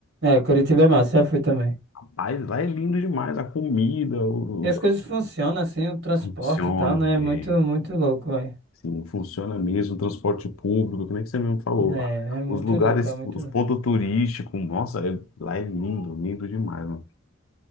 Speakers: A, on the right; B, on the left.
A: É, Curitiba é massa, já fui também.
B: Mas lá é lindo demais, a comida, o-
A: E as
B: o-
A: coisas funcionam assim, o transporte
B: funciona,
A: e tal, né?
B: velho.
A: É muito, muito louco, velho.
B: Sim, funciona mesmo, transporte público, que nem que você mesmo falou.
A: Né?
B: Ah,
A: É muito
B: Os lugares,
A: louco, é muito
B: os
A: louco.
B: pontos turísticos, nossa, é- lá é lindo, lindo demais, mano.